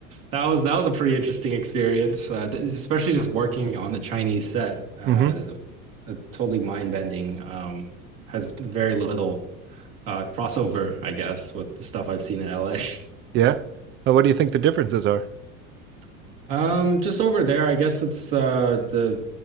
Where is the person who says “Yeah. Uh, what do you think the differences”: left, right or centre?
Right